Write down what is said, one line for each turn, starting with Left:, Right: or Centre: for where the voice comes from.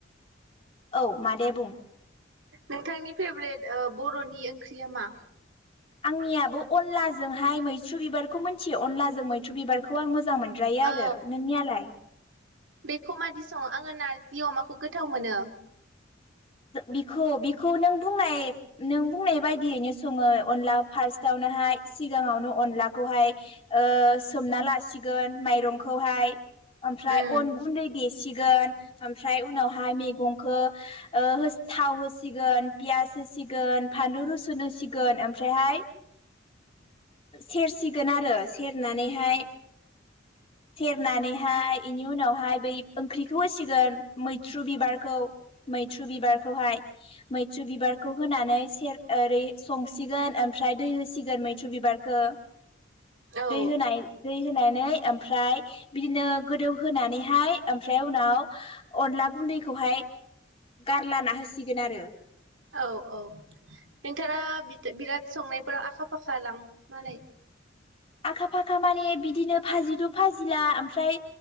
Left: औ मादै बुं।
Right: नोंथांनि फेभरेट ओ बर'नि ओंख्रिया मा?
Left: आंनियाबो अनलाजोंहाय मैथ्रु बिबारखौ मिथियो? अनलाजों मैथ्रु बिबारखौ आं मोजां मोनद्रायो आरो
Right: औ
Left: नोंनियालाय
Right: बेखौ मादि सङो? आङो नारजि अमाखौ गोथाव मोनो।
Left: बिखौ बिखौ नों बुंनाय नों बुंनाय बायदियैनो सङो अनला फार्स्टावनोहाय सिगाङावनो अनलाखौहाय ओ सोमना लासिगोन माइरंखौहाय। ओमफ्राय
Right: उम
Left: अन गुन्दै देसिगोन ओमफ्राय उनावहाय मैगं खौ ओ हो थाव होसिगोन पियास होसिगोन फानलु रुसुन होसिगोन ओमफ्रायहाय सेरसिगोन आरो सेरनानैहाय सेरनानैहाय इनि उनावहाय बै ओंख्रिखौ होसिगोन मैथ्रु बिबारखौ मैथ्रु बिबारखौहाय। मैथ्रु बिबारखौ होनानै सेर ओरै संसिगोन ओमफ्राय दै होसिगोन मैथ्रु बिबारखौ।
Right: औ
Left: दै होनाय दै होनानै ओमफ्राय बिदिनो गोदौ होनानै हाय ओमफ्राय उनाव अनला गुन्दैखौहाय गारलाना होसिगोन आरो।
Right: औ औ नोंथाङा बिराद संनायफोराव आखा फाखा दां मालाय?
Left: आखा फाखा माने बिदिनो फाजिदु फाजिला ओमफ्राय